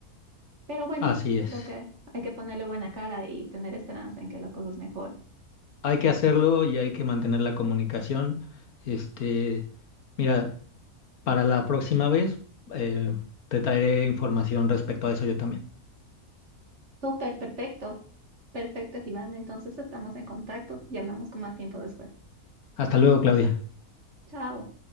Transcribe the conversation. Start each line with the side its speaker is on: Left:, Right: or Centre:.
Right: Pero bueno,
Left: Así es.
Right: creo que hay que ponerle buena cara y tener esperanza en que las cosas mejoren.
Left: Hay que hacerlo y hay que mantener la comunicación. Este, mira, para la próxima vez eh, te traeré información respecto a eso yo también.
Right: Súper, perfecto. Perfecto, Iván. Entonces estamos en contacto y hablamos con más tiempo después.
Left: Hasta luego, Claudia.
Right: Chao.